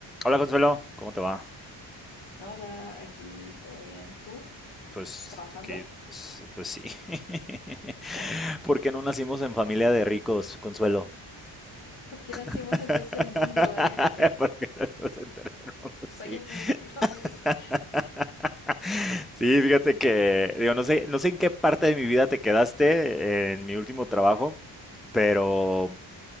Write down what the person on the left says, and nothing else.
Hola, aquí todo bien. ¿Tú?
¿Trabajando?
Oh,
¿por qué nacimos
en tercer mundo, Daniel? <laughs>
Sáquenme de Latinoamérica.